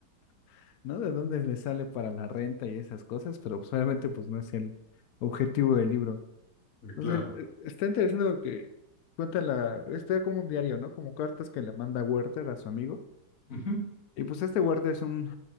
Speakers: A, on the left (about 80°); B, on the left (about 45°).
A: <laughs> ¿no? De dónde le sale para la renta y esas cosas, pero pues, obviamente, pues, no es el objetivo del libro.
B: eh,
A: Entonces,
B: claro.
A: el- está interesante lo que cuenta la, está como un diario, ¿no? Como cartas que le manda Werther a su amigo.
B: Ujú.
A: Y pues este Werther es un